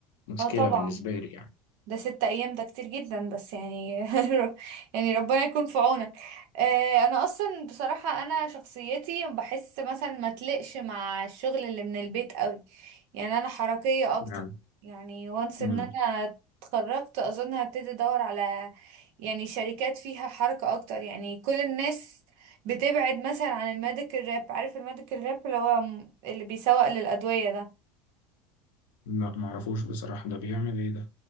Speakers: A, on the left (about 85°); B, on the right (about 70°).
A: مشكلة
B: اه طبعا
A: بالنسبة لي يعني
B: ده ست ايام ده كتير جدا بس يعني <laughs> يعني ربنا يكون في عونك آه، انا اصلا بصراحة انا شخصيتي بحس مثلا ما تلقش مع الشغل اللي من البيت قوي يعني انا حركية اكتر
A: يعني
B: يعني وانس
A: مم.
B: ان انا اتخرجت اظن هبتدي ادور على يعني شركات فيها حركة اكتر يعني كل الناس بتبعد مثلا عن الميديكال راب عارف الميديكال راب اللي هو م- اللي بيسوق للأدوية ده
A: لا معرفوش بصراحة ده بيعمل إيه ده